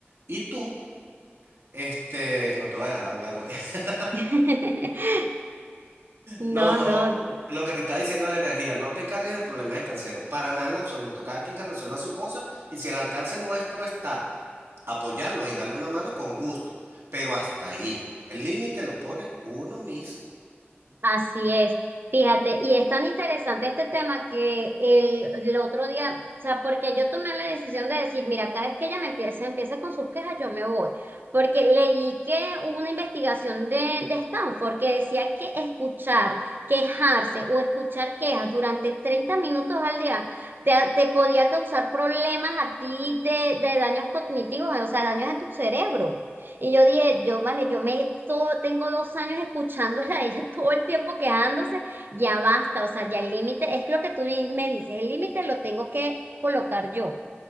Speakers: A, on the right; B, on the right.
A: Y tú, este, no te voy a dejar hablar hoy. <laughs>
B: <laughs>
A: No,
B: No,
A: no,
B: no,
A: lo que te está diciendo es la energía, no te cargues de problemas de tercero, para nada en lo absoluto. Cada quien que resuelva su cosa y si el alcance nuestro está apoyarlo y darle una mano con gusto, pero hasta ahí. El límite lo pone uno mismo.
B: Así es, fíjate, y es tan interesante este tema que el, el otro día, o sea, porque yo tomé la decisión de decir, mira, cada vez que ella me empiece, empiece con sus quejas, yo me voy, porque leí que hubo una investigación de, de Stanford que decía que escuchar, quejarse o escuchar quejas durante 30 minutos al día te, te podía causar problemas a ti de, de daños cognitivos, o sea, daños en tu cerebro. Y yo dije, yo vale, yo me todo, tengo dos años escuchándola a ella <laughs> todo el tiempo quejándose, ya basta, o sea, ya el límite, es lo que tú di- me dices, el límite lo tengo que colocar yo.